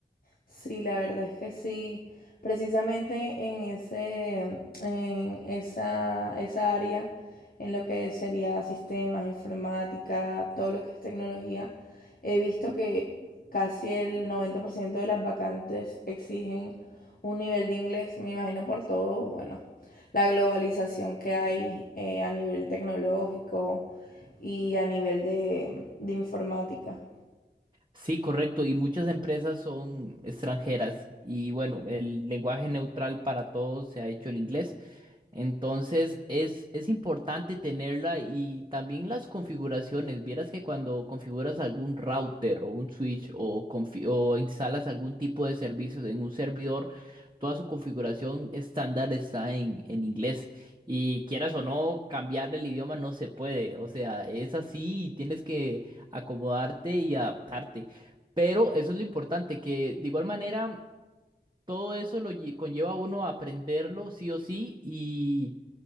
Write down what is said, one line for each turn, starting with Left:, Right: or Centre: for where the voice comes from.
Left: Sí, la verdad es que sí. Precisamente en ese, en esa, esa área, en lo que sería sistemas, informática, todo lo que es tecnología, he visto que casi el 90% de las vacantes exigen un nivel de inglés, me imagino por todo, bueno, la globalización que hay eh, a nivel tecnológico y a nivel de de informática.
Right: Sí, correcto. Y muchas empresas son extranjeras. Y bueno, el lenguaje neutral para todos se ha hecho el inglés. Entonces es, es importante tenerla y también las configuraciones. Vieras que cuando configuras algún router o un switch o, confi- o instalas algún tipo de servicios en un servidor, toda su configuración estándar está en, en inglés. Y quieras o no, cambiar el idioma no se puede. O sea, es así y tienes que acomodarte y adaptarte. Pero eso es lo importante, que de igual manera todo eso lo lle- conlleva a uno a aprenderlo sí o sí y